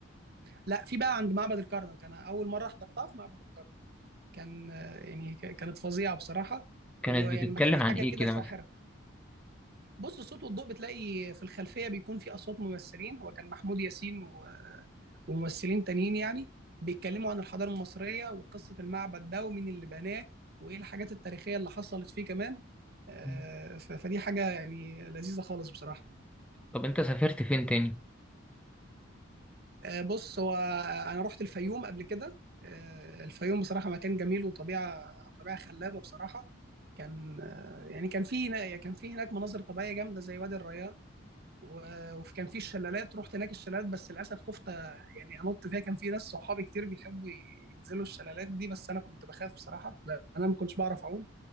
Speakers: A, on the right; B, in the centre.
A: لا في بقى عند معبد الكرنك انا اول مره حضرتها في معبد الكرنك كان آه، يعني ك- كانت فظيعه بصراحه
B: كانت
A: ويعني
B: بتتكلم
A: مكا-
B: عن
A: حاجه
B: ايه
A: كده
B: كده
A: ساحره
B: مثلا
A: بص الصوت والضوء بتلاقي في الخلفيه بيكون في اصوات ممثلين هو كان محمود ياسين و... وممثلين تانيين يعني بيتكلموا عن الحضاره المصريه وقصه المعبد ده ومين اللي بناه وايه الحاجات التاريخيه اللي حصلت فيه كمان آه،
B: مم.
A: ف- فدي حاجه يعني لذيذه خالص بصراحه
B: طب انت سافرت فين تاني
A: آه، بص هو انا رحت الفيوم قبل كده آه، الفيوم بصراحه مكان جميل وطبيعه طبيعه خلابه بصراحه كان آه، يعني كان في كان في هناك مناظر طبيعيه جامده زي وادي الريان و- وكان في الشلالات رحت هناك الشلالات بس للاسف خفت يعني انط فيها كان في ناس صحابي كتير بيحبوا ي- ينزلوا الشلالات دي بس انا كنت بخاف بصراحه لان انا ما كنتش بعرف اعوم